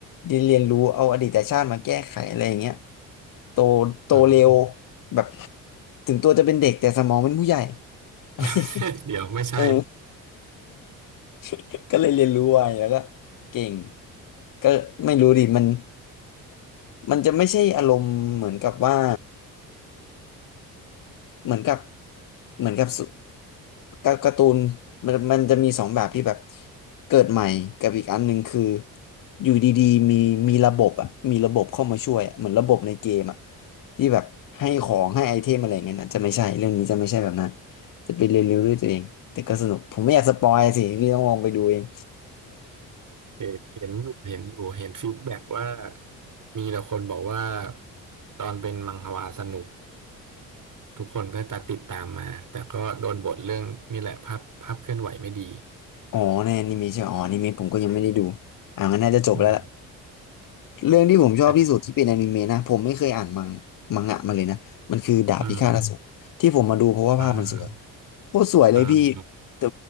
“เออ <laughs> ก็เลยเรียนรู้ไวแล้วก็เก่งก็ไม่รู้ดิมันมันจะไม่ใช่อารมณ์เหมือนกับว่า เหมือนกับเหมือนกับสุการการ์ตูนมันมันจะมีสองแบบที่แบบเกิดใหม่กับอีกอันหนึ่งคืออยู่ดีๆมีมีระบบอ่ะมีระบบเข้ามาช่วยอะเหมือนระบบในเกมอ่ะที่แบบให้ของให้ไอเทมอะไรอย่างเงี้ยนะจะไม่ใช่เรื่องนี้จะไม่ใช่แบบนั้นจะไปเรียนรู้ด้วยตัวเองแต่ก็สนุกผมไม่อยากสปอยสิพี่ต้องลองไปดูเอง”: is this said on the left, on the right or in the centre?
Left